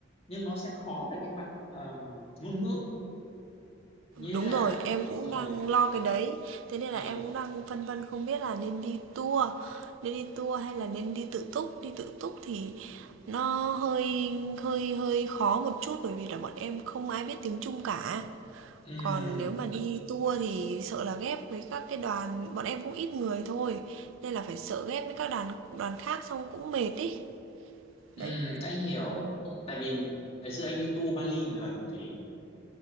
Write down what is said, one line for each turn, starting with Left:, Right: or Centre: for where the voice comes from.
Left: nhưng nó sẽ khó về cái mặt ờm, ngôn ngữ nghĩa
Right: Đúng
Left: là
Right: rồi, em cũng
Left: ờ,
Right: đang lo cái đấy. Thế nên
Left: ừm,
Right: là em cũng đang phân vân không biết là nên đi tour, nên đi tour hay là nên đi tự túc. Đi tự túc thì nó hơi hơi hơi khó một chút bởi vì là bọn em không ai biết tiếng Trung cả.
Left: ừm,
Right: Còn nếu mà đi tour thì sợ là ghép với các cái đoàn, bọn em cũng ít người thôi. Nên là phải sợ ghép với các đoàn đoàn khác xong cũng mệt ý.
Left: ừm,
Right: Đấy,
Left: anh hiểu tại vì ngày xưa anh đi tour Bali một lần thì,